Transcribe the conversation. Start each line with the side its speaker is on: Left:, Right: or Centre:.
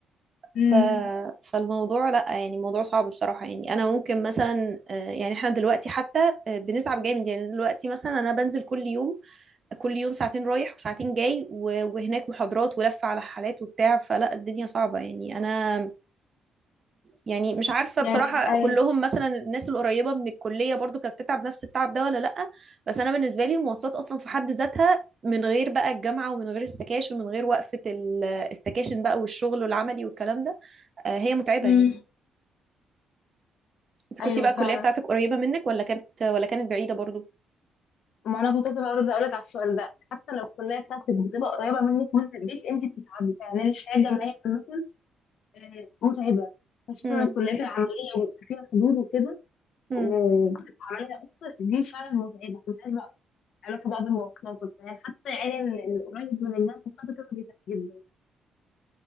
Left: امم
Right: ف... فالموضوع لا يعني موضوع صعب بصراحة يعني أنا ممكن مثلا آه، يعني إحنا دلوقتي حتى آه، بنتعب جامد يعني دلوقتي مثلا أنا بنزل كل يوم كل يوم ساعتين رايح وساعتين جاي و- وهناك محاضرات ولفة على حالات وبتاع فلا الدنيا صعبة يعني أنا يعني مش عارفة
Left: يعني
Right: بصراحة
Left: ايوه
Right: كلهم مثلا الناس القريبة من الكلية برضو كانت بتتعب نفس التعب ده ولا لأ بس أنا بالنسبة لي المواصلات أصلا في حد ذاتها من غير بقى الجامعة ومن غير السكاشن ومن غير وقفة ال- السكاشن بقى والشغل والعملي والكلام ده آه، هي متعبة
Left: امم
Right: يعني أنت كنتي
Left: ايوه
Right: بقى
Left: فعلا
Right: الكلية بتاعتك قريبة منك ولا كانت ولا كانت بعيدة برضو
Left: ما انا كنت لسه برضه اقول لك على السؤال ده حتى لو الكليه بتاعتك بتبقى قريبه منك من البيت انت بتتعبي يعني الحياه الجامعيه عامه آه، متعبه خصوصا
Right: امم
Left: الكليات العمليه وبيبقى فيها حضور وكده
Right: امم
Left: آه، بتبقى عمليه اكتر دي فعلا متعبه علاقة بقى بالمواصلات وبتاع يعني حتى يعني ال- القريب من الناس مبسوطة كده بيتعب جدا